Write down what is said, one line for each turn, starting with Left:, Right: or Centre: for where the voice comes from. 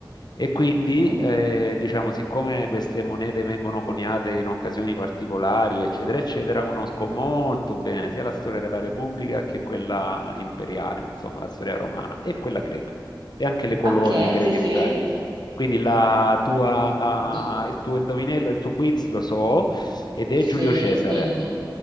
Left: E quindi,
Right: Ok,
Left: eh, diciamo, siccome queste monete vengono coniate in occasioni particolari, eccetera, eccetera, conosco molto bene sia la storia della Repubblica che quella imperiale, insomma, la storia romana e quella greca e anche le colonie
Right: Ok,
Left: greche
Right: sì, sì.
Left: in Italia. Quindi la tua, ah,
Right: Di-
Left: il tuo indovinello, il tuo quiz lo so ed è
Right: sì,
Left: Giulio Cesare,
Right: dimmi.